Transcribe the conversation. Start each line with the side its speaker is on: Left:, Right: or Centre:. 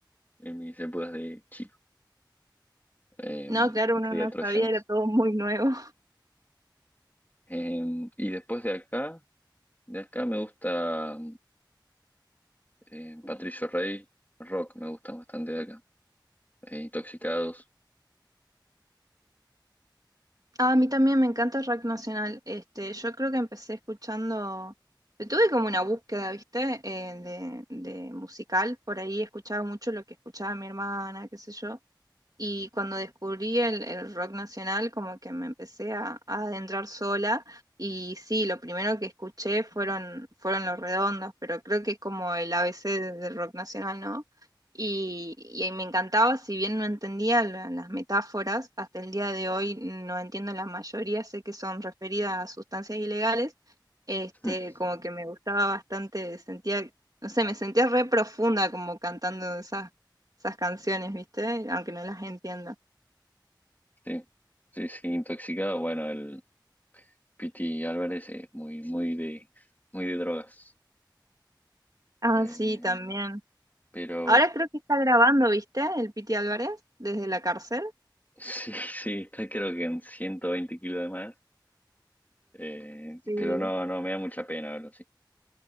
Left: en mis épocas de chico, em,
Right: No, claro,
Left: que
Right: uno
Left: traía
Right: no
Left: troyanos.
Right: sabía, era todo muy nuevo.
Left: Em, y después de acá, de acá me gusta em, Patricio Rey, rock me gusta bastante de acá. Eh, Intoxicados.
Right: Ah, a mí también me encanta rock nacional. Este, yo creo que empecé escuchando, tuve como una búsqueda, ¿viste? Eh, de, de musical. Por ahí escuchaba mucho lo que escuchaba mi hermana, qué sé yo. Y cuando descubrí el, el rock nacional, como que me empecé a, a adentrar sola. Y sí, lo primero que escuché fueron, fueron Los Redondos, pero creo que es como el ABC de- del rock nacional, ¿no? Y, y ahí me encantaba, si bien no entendía la- las metáforas, hasta el día de hoy no entiendo la mayoría, sé que son referidas a sustancias ilegales, este,
Left: <laughs>
Right: como que me gustaba bastante, sentía, no sé, me sentía re profunda como cantando esas esas canciones, ¿viste? Aunque no las entienda.
Left: Sí, sí, sí, Intoxicados, bueno, el Piti Álvarez es muy, muy de, muy de drogas.
Right: Ah,
Left: Eh,
Right: sí, también.
Left: pero
Right: Ahora creo que está grabando, ¿viste? El Piti Álvarez desde la cárcel.
Left: sí, <laughs> sí, está creo que en 120 kilos de más. Eh,
Right: Sí.
Left: pero no, no, me da mucha pena verlo, sí.